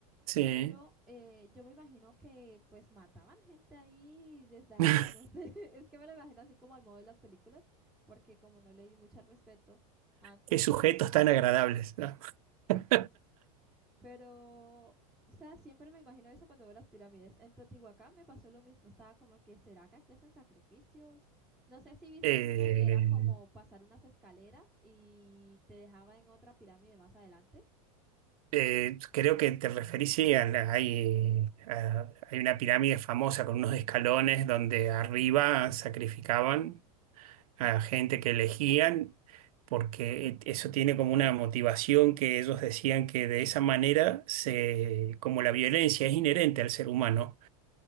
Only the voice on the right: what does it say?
sí,
<laughs>
qué sujetos tan agradables, ¿no? <laughs>
Eh,
Eh, creo que te referís, sí, a la- hay, a- hay una pirámide famosa con unos escalones donde arriba sacrificaban a gente que elegían, porque eso tiene como una motivación que ellos decían que de esa manera, se, como la violencia es inherente al ser humano